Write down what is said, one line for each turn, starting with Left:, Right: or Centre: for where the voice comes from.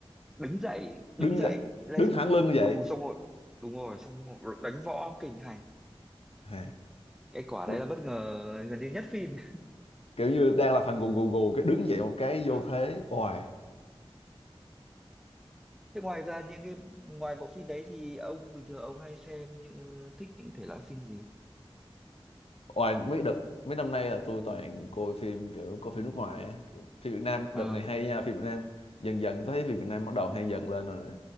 Centre: đứng dậy đứng
Left: đứng
Centre: dậy
Left: dậy
Centre: lên
Left: đứng thẳng lưng như vậy
Centre: ừ xong rồi đúng rồi xong rồi đánh võ kinh hành
Left: hay.
Centre: cái quả
Left: Kiểu,
Centre: đấy là bất ngờ gần như nhất phim
Left: kiểu như đang là phần gù gù gù cái đứng dậy một cái
Centre: ừ.
Left: vô thế oài
Centre: thế ngoài ra những cái ngoài bộ phim đấy thì ông bình thường ông hay xem những thích những thể loại phim gì
Left: Ngoài mấy đợt mấy năm nay là tôi toàn coi phim kiểu coi phim nước ngoài á. Kiểu phim Việt Nam
Centre: ờ
Left: đợt này hay nha phim Việt Nam dần dần tôi thấy phim Việt Nam bắt đầu hay dần lên rồi nè.